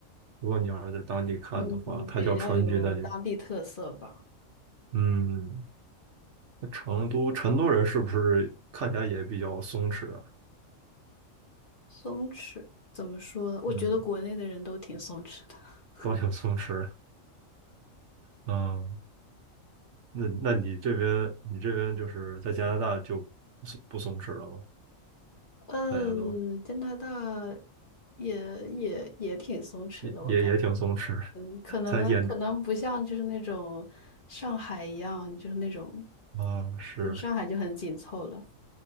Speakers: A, on the right; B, on the left.
A: 如果你要是在当地看的话，
B: 嗯，
A: 它叫川剧，
B: 比较有当地特色吧。
A: 那就嗯，那成都成都人是不是看起来也比较松弛啊？
B: 松弛怎么说？我觉得国内的人都挺松弛的。
A: 嗯，
B: <laughs>
A: 都挺松弛。嗯，那那你这边你这边就是在加拿大就不松不松弛了吗？
B: 呃，
A: 大家都
B: 加拿大也也也挺松弛的，
A: 也也也挺松弛，
B: 我感觉。嗯，
A: <laughs>
B: 可能可能不像就是那种上海一样，
A: 在眼
B: 就是那种，
A: 啊，是
B: 你上海就很紧凑了。